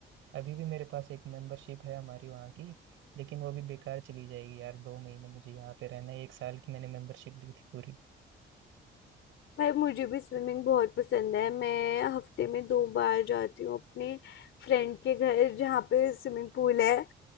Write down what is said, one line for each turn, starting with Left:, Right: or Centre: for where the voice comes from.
Right: अभी भी मेरे पास एक मेंबरशिप है हमारी वहाँ की लेकिन वो भी बेकार चली जाएगी यार दो महीने मुझे यहाँ पे रहना है एक साल की मैंने मेंबरशिप ली थी पूरी
Left: भाई मुझे भी स्विमिंग बहुत पसंद है मैं हफ्ते में दो बार जाती हूँ अपने फ्रेंड के घर जहाँ पे स्विमिंग पूल है